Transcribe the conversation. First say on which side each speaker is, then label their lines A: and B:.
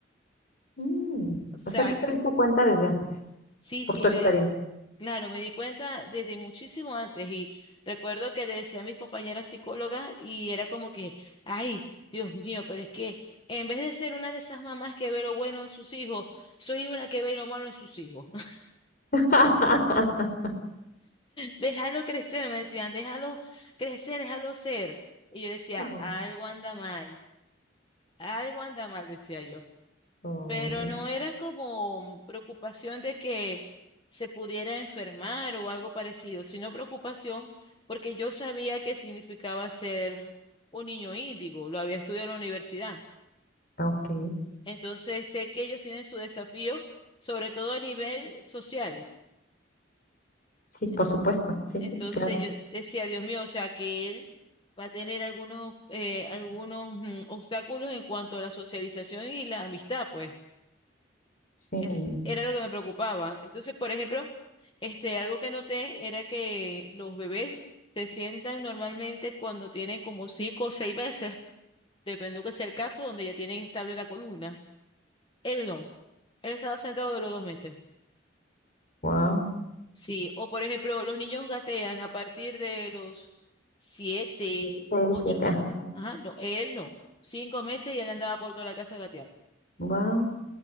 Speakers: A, on the left (about 50°); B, on the left (about 25°).
A: Mm.
B: o sea
A: O sea, tú te diste cuenta desde antes,
B: Sí,
A: por
B: sí,
A: tu
B: me
A: experiencia.
B: di, claro, me di cuenta desde muchísimo antes y recuerdo que le decía a mis compañeras psicólogas y era como que, ay, Dios mío, pero es que en vez de ser una de esas mamás que ve lo bueno en sus hijos, soy una que ve lo malo en sus hijos. <laughs>
A: <laughs>
B: Déjalo crecer, me decían, déjalo crecer, déjalo ser. Y yo decía,
A: Oh,
B: algo anda mal, algo anda mal, decía yo.
A: oh,
B: pero no era como preocupación de que se pudiera enfermar o algo parecido, sino preocupación porque yo sabía que significaba ser un niño índigo, lo había estudiado en la universidad.
A: ok,
B: Entonces sé que ellos tienen su desafío, sobre todo a nivel social.
A: sí,
B: En-
A: por supuesto, sí,
B: Entonces
A: sí, claro,
B: yo decía, Dios mío, o sea que él va a tener algunos, eh, algunos mm, obstáculos en cuanto a la socialización y la amistad, pues.
A: sí,
B: er- Era lo que me preocupaba. Entonces, por ejemplo, este, algo que noté era que los bebés se sientan normalmente cuando tienen como cinco o seis veces, dependiendo que sea el caso, donde ya tienen estable la columna. Él no. Él estaba sentado de los dos meses.
A: wow.
B: Sí. O por ejemplo, los niños gatean a partir de los siete,
A: Seis,
B: ocho
A: siete,
B: meses.
A: ajá.
B: Ajá, no, él no. Cinco meses y él andaba por toda la casa gateando.
A: Wow.